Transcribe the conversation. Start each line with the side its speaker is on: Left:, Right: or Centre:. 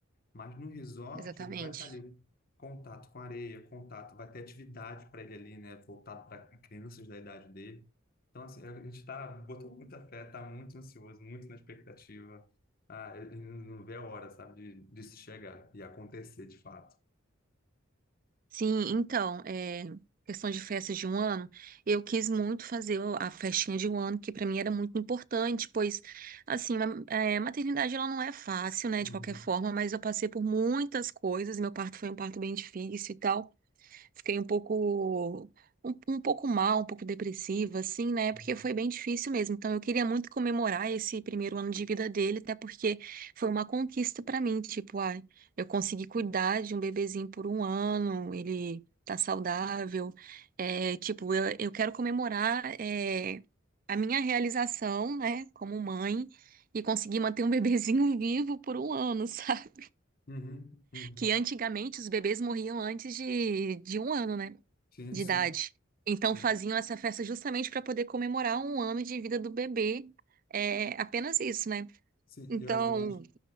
Left: Mas no resort,
Right: exatamente.
Left: ele vai estar ali, contato com areia, contato, vai ter atividade para ele ali, né? Voltado para crianças da idade dele. Então, assim, a gente está botando muita fé, está muito ansioso, muito na expectativa. Ah, ele não vê a hora, sabe, de, de se chegar e acontecer de fato.
Right: Sim, então, é, questão de festas de um ano, eu quis muito fazer a festinha de um ano, que para mim era muito importante, pois, assim, ma- é, maternidade ela não é fácil, né,
Left: Uhum.
Right: de qualquer forma, mas eu passei por muitas coisas, meu parto foi um parto bem difícil e tal, Fiquei um pouco, um, um pouco mal, um pouco depressiva, assim, né?
Left: Uhum.
Right: Porque foi bem difícil mesmo. Então, eu queria muito comemorar esse primeiro ano de vida dele, até porque foi uma conquista pra mim. Tipo, ai, eu consegui cuidar de um bebezinho por um ano, ele tá saudável. É, tipo, eu, eu quero comemorar, é, a minha realização, né, como mãe. E conseguir manter um <laughs> bebezinho vivo por um ano, <laughs> sabe?
Left: Uhum. Uhum.
Right: que antigamente os bebês morriam antes de, de um ano, né?
Left: Sim,
Right: De
Left: sim,
Right: idade. Então
Left: sim.
Right: faziam essa festa justamente para poder comemorar um ano de vida do bebê. É apenas isso, né?
Left: Sim,
Right: Então,
Left: eu, eu acho,